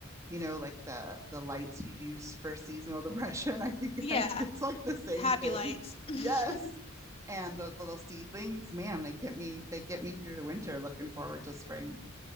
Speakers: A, on the right (about 15°); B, on the left (about 30°).
A: you know, like the the lights you use for seasonal <laughs> depression. I think
B: Yeah.
A: I think it's like the same
B: Happy
A: thing.
B: lights. <laughs>
A: Yes. And those little seedlings, man, they get me they get me through the winter looking forward to spring.